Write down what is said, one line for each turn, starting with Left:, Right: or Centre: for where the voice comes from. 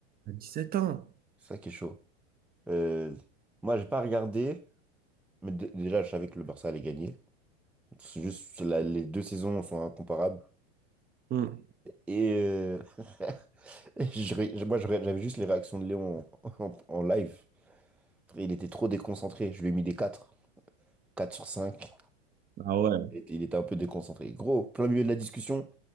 Right: À 17 ans.
Centre: C'est ça qui est chaud. Euh, moi, j'ai pas regardé, mais dé- déjà, je savais que le Barça allait gagner. C'est juste, la- les deux saisons sont incomparables.
Right: Hmm.
Centre: Et euh, <laughs> Et je ré- moi, je ré- j'avais juste les réactions de Léon en, en- en live. Il était trop déconcentré. Je lui ai mis des quatre 4 sur cinq
Right: Ah ouais.
Centre: Il était, il était un peu déconcentré. Gros, plein milieu de la discussion,